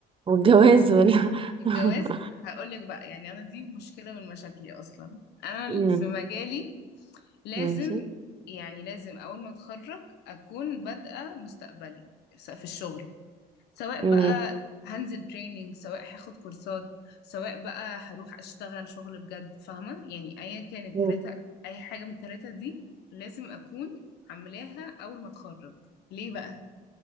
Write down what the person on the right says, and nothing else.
والجواز ولا
<laughs>
مم،
ماشي
ماشي
مم،